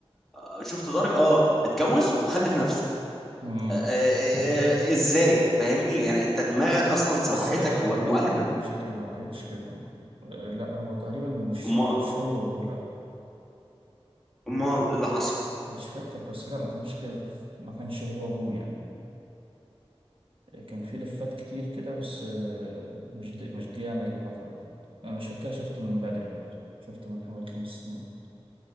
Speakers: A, in the centre; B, on the right.
A: آه، شفت دارك اه اتجوز وخلف نفسه
B: مم.
A: آه، آه،
B: <laughs>
A: آه، ازاي فاهمني يعني انت دماغك اصلا سوحتك
B: بس لا لا
A: هو
B: ما كان-
A: المؤلف
B: ما كانتش كده ما كانتش كده آه، لا هو تقريبا مش
A: ما
B: مش هو ابوه لا
A: ما إيه اللي حصل
B: مش فاكر بس لا ما كانش كده ما كانش هو ابوه يعني آه، كان في لفات كتير كده بس آه، مش دي مش دي يعني اللي حصلت يعني. انا مش فاكر شفته من بدري برضه شفته من حوالي خمس سنين